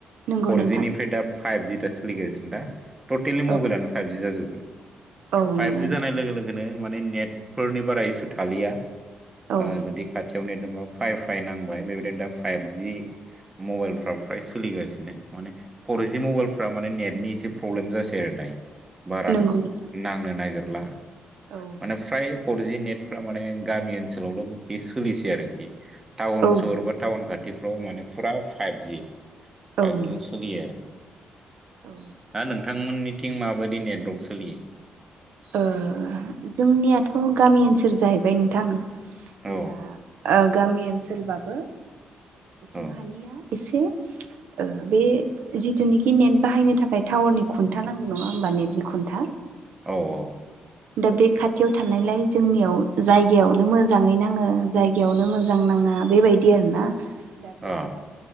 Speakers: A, on the right (about 75°); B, on the right (about 15°).
A: नंगौ
B: फरजिनिफ्राय
A: नोंथां
B: दा फाइभजि दा सोलिगासिनो दा टटेलि मबाइलानो
A: औ
B: फाइभजि जाजोब्बाय।
A: औ
B: फाइभजि
A: नंगौ नोंथां
B: जानाय लोगो लोगोनो माने नेटफोरनि बारा इसु थालिया
A: औ
B: ओ जुदि खाथियाव नेट फाइ फाइ नांबाय बेबायदिनो दा फाइभजि मबेलफ्रा फ्राय सोलिगासिनो माने फर जि मबेलफ्रा माने नेटनि एसे प्रब्लेम जासै आरो दायो बारा
A: नंगौ नोंथां
B: नांनो नागिरला।
A: औ
B: माने फ्राय फरजि नेट फ्रा माने गामि ओनसोलावल' बे सोलिसै आरोखि टाउन-सहर
A: औ
B: बा टाउन खा थिफ्राव माने फुरा फाइभजि, फाइभजिजों
A: औ
B: सोलियो आरो।
A: औ
B: दा नोंथांमोननिथिं माबायदि नेटवर्क सोलियो?
A: ओ जोंनियाथ' गामि ओनसोल जाहैबाय नोंथां,
B: औ
A: दा ओ गामि ओनसोलबाबो जोंहानिया
B: औ
A: एसे ओ बे जिथुनाखि नेट बाहायनो थाखाय टावारनि खुन्था नांगौ। नङा होमबा? नेटनि खुन्था
B: औ औ
A: दा बे खाथियाव थानायलाय जोंनियाव जायगायावनो मोजाङै नाङो जायगायावनो मोजां ना ङा बेबायदि आरो ना दाबो
B: अ
A: नोंथां